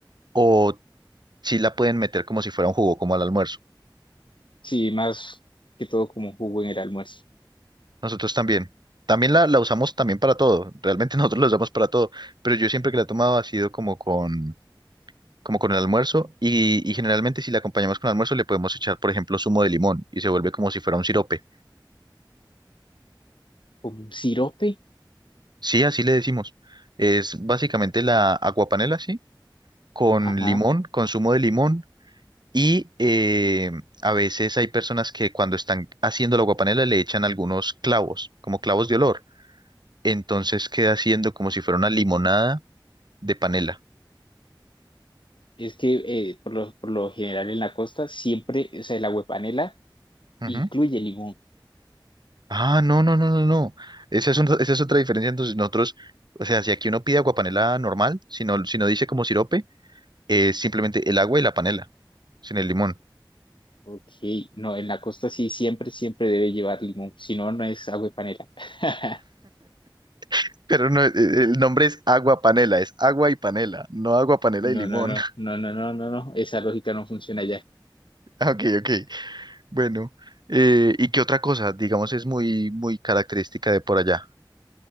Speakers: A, on the right; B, on the left.
A: ¿O si la pueden meter como si fuera un jugo, como al almuerzo?
B: Sí, más que todo como jugo en el almuerzo.
A: Nosotros también. También la, la usamos también para todo. Realmente <laughs> nosotros la usamos para todo. Pero yo siempre que la he tomado ha sido como con como con el almuerzo y, y generalmente si la acompañamos con almuerzo le podemos echar, por ejemplo, zumo de limón y se vuelve como si fuera un sirope.
B: Como un sirope,
A: Sí, así le decimos. Es básicamente la aguapanela, sí, con
B: ajá.
A: limón, con zumo de limón y eh, a veces hay personas que cuando están haciendo la aguapanela le echan algunos clavos, como clavos de olor. Entonces queda haciendo como si fuera una limonada de panela.
B: Es que eh, por lo, por lo general en la costa siempre, o sea, el agüepanela
A: Ujú.
B: incluye limón.
A: Ah, no, no, no, no, no. Esa es, una- esa es otra diferencia. Entonces, nosotros, o sea, si aquí uno pide aguapanela normal, si no, si no dice como sirope, es simplemente el agua y la panela, sin el limón.
B: Ok, no, en la costa sí siempre, siempre debe llevar limón, si no, no es agüepanela. <laughs>
A: <laughs> Pero no, eh, el nombre es agua panela, es agua y panela, no agua panela
B: No,
A: y limón.
B: no, no,
A: <laughs>
B: no, no, no, no, no, esa lógica no funciona allá.
A: Ah, Ok, ok. Bueno, eh, ¿y qué otra cosa? Digamos, es muy, muy característica de por allá.